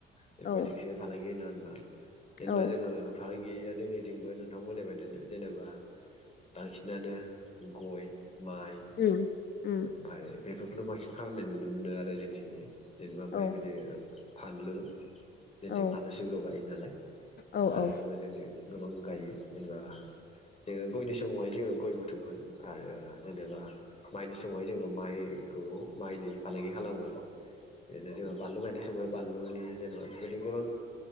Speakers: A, on the left; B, on the left.
A: बेफोर
B: औ
A: बायदिसो फालांगि होना होनबा जेनेबा
B: औ
A: जोङो फालांगि गिया जोंनिथिंबो नोंथांमोननि बाइदिनो जेनेबा बांसिनानो गय माइ
B: उम उम
A: ओमफाय बेफोरखौनो बांसिन खालामनाय नुनो मोनो आरो जोंनि थिंजाय। जेनेबा ओमफाय
B: औ
A: बिदि फानलु। जोंनिथिं
B: औ
A: फानलु सिब्र गायो नालाय
B: औ
A: फानलुखौबो
B: औ
A: जोंनिथिं गोबां गायो जेनेबा जोङो गयनि समाव हाय जोङो गय बुथुमगोन आरो जेनेबा माइनि समाव जोङो माइखौ माइनि फालांगि खालामगोन। बिदिनो जोंङो बानलु गायनाय समाव बानलुनि जेनेबा बेबायदि गोबां